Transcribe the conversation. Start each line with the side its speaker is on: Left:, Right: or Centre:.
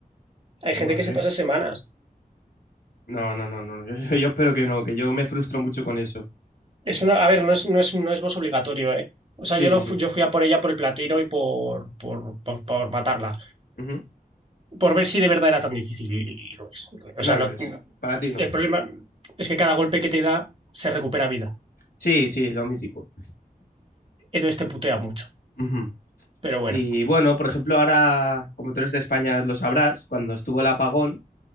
Right: Hay
Left: madre.
Right: gente que se pasa semanas.
Left: No, no, no, no. no. <laughs> Yo, yo espero que no, que yo me frustro mucho con eso.
Right: Es una, a ver, no es, no es, no es boss obligatorio, ¿eh? O sea,
Left: Sí,
Right: yo,
Left: sí,
Right: lo, fu-
Left: sí.
Right: yo fui a por ella por el platino y por, por, por por matarla.
Left: Ujú.
Right: por ver si de verdad era tan difícil y, y lo es. O
Left: No
Right: sea,
Left: lo
Right: no,
Left: es. Para ti no.
Right: el problema es que cada golpe que te da se recupera vida.
Left: Sí, sí, lo mítico.
Right: Entonces te putea mucho.
Left: Ujú.
Right: Pero bueno,
Left: Y bueno, por ejemplo, ahora, como tú eres de España, lo sabrás, cuando estuvo el apagón,